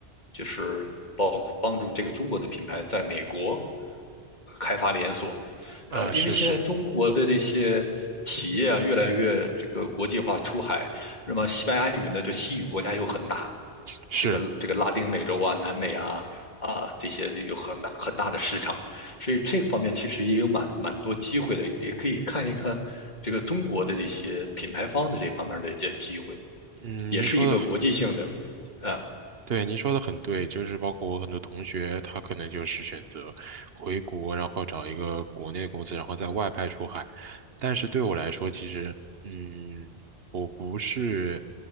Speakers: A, on the left; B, on the right.
A: 就是包括帮助这个中国的品牌在美国开发连锁。
B: 啊，
A: 呃，因为现在中国的这些企业啊，
B: 是是
A: 越来越这个国际化出海，那么西班牙语呢，这西语国家又很大，
B: 是，
A: 这个这个拉丁美洲啊、南美啊啊这些有很大很大的市场，所以这个方面其实也有蛮蛮多机会的，也可以看一看这个中国的这些品牌方的这方面的一些机会，
B: 嗯，
A: 也是一个国际性的，
B: 您说的
A: 呃
B: 对，您说的很对，就是包括我很多同学，他可能就是选择回国，然后找一个国内的公司，然后在外派出海。但是对我来说，其实，嗯，我不是